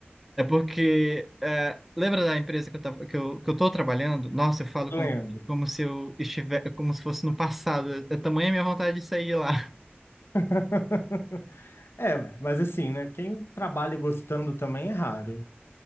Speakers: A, in the centre; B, on the left.
A: É porque. é, lembra da empresa que eu tava, que eu, que eu tô trabalhando? Nossa, eu falo como,
B: Lembro.
A: como se eu estiver, como se fosse no passado. É é tamanha a minha vontade de sair lá.
B: <laughs> É, mas assim, né? Quem trabalha gostando também é raro.